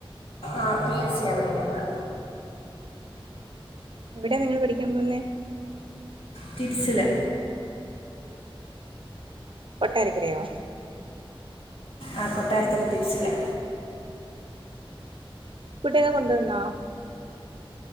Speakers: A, on the left; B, on the right.
A: ആഹ് പി എ സിയാ പടിക്കുന്ന
B: എവിടയാ നിങ്ങള് പഠിക്കാൻ പോന്നേ
A: ടിപ്സില്
B: കൊട്ടാരക്കരയോ
A: ആഹ് കൊട്ടാരക്കര ടിപ്സില്
B: ഫുഡൊക്കെ കൊണ്ടുവന്നോ